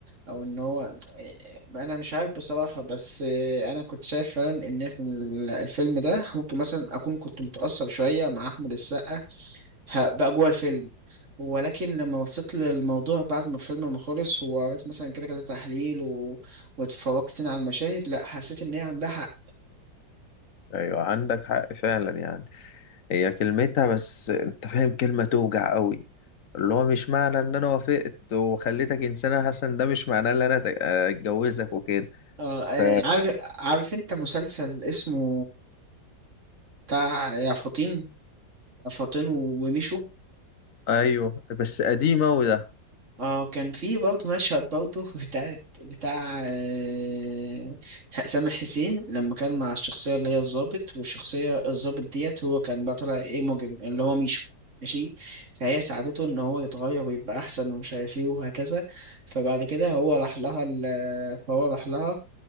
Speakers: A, on the right; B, on the left.
A: او ان هو آه، انا مش عارف بصراحة بس آه، انا كنت شايف فعلا ان في الفيلم ده ممكن مثلا اكون كنت متأثر شوية مع احمد السقا ه- بقى جوه الفيلم ولكن لما بصيت للموضوع بعد ما الفيلم ما خلص وقريت مثلا كده كده تحليل و... واتفرجت تاني على المشاهد لا حسيت ان هي عندها حق
B: أيوة عندك حق فعلا يعني هي كلمتها بس انت فاهم كلمة توجع قوي اللي هو مش معنى ان انا وافقت وخليتك انسانة حسن ده مش معناه ان انا ت- اتجوزك وكده
A: آه آه،
B: ف
A: عارف عارف انت مسلسل اسمه بتاع يا فطين يا فطين وميشو
B: ايوه بس قديمة وده
A: اه كان في برضه مشهد برضه بتاع بتاع آه، سامح حسين لما كان مع الشخصية اللي هي الضابط والشخصية الضابط ديت هو كان بقى طالع ايه مجرم اللي هو ميشو ماشي فهي ساعدته ان هو يتغير ويبقى احسن ومش عارف ايه وهكذا فبعد كده هو راح لها ال- فهو راح لها